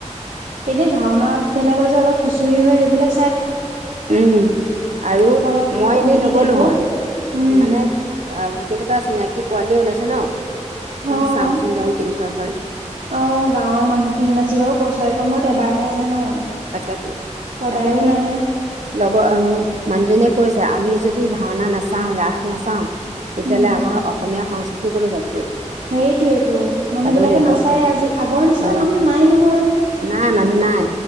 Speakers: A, on the right (about 85°); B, on the right (about 70°).
A: এনে ভাওনাভেলাগৰ যে অলপ খুচৰি হয়। এইবিলাক।
B: উম আৰু
A: অলপ
B: মই
A: কমেডি
B: এনেই নগলো
A: টাইপৰ
B: হয়।
A: উম,
B: মানে অ গোটেই কেইটা চিনাকি পোৱালিয়ে ওলাইছে ন। ত
A: অ'।
B: চাওচোন বাৰু কেনেকুৱা হয়।
A: অ গাঁৱৰ মানুহখিনি নাচিবও বছৰে ক মুৰত এবাৰহে আহে ন?
B: তাকেটো।
A: সদায়ো
B: তাকে সেই
A: নাহে
B: লগৰ মানুহজনীয়ে কৈছে আমি যদি ভাওনা নাচাও ৰাস নাচাও তেতিয়াহ'লে
A: উম,
B: আমাৰ অসমীয়া সংস্কৃতিকলৈ যাবগৈ।
A: সেইটোয়েইটো মানুহ
B: চাবই
A: বিলাকে
B: লাগিব
A: নাচায়ে আজি আগৰ নিচিনা
B: অ
A: মানুহ নাই নহয়।
B: নাই মানুহ নাই।